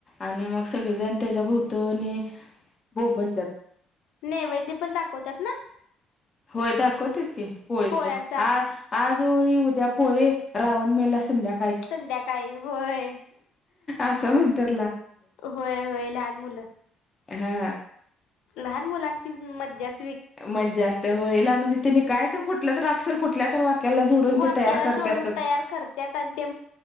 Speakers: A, on the left; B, on the left.
A: आणि मग सगळेजण त्याच्या भोवतवणी बोंबलत्यात.
B: नैवैद्य पण दाखवतात ना?
A: होय दाखवत्यातकी पोळीच
B: पोळ्यांचा
A: आ आज जोळी उद्या पोळी रावण मेला संध्या
B: संध्याकाळी होय.
A: अस म्हणत्यात.
B: होय होय, लहान मुल.
A: हा.
B: लहान मुलांची च मज्जा च
A: मज्जा असते होळीला म्हणे त्याने काय तर कुठल्या तर अक्षर कुठल्या तर त्याला जोडून
B: वाक्याला
A: ते तयार करत्यातच
B: जोडून तयार करत्यात आणि ते